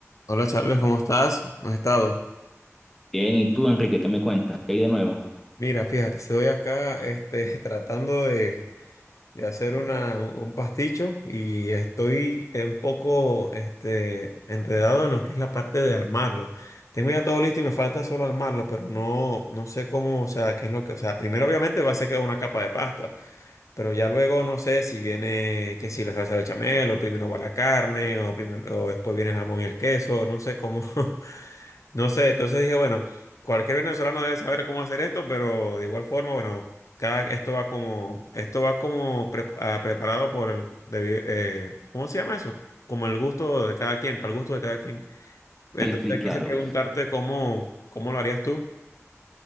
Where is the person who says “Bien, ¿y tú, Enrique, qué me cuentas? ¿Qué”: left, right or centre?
Centre